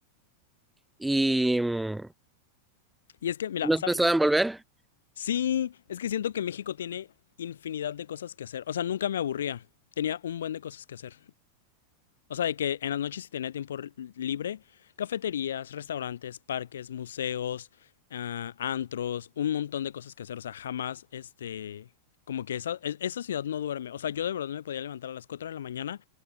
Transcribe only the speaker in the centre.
Y, mm,
¿y nos
pensaba en volver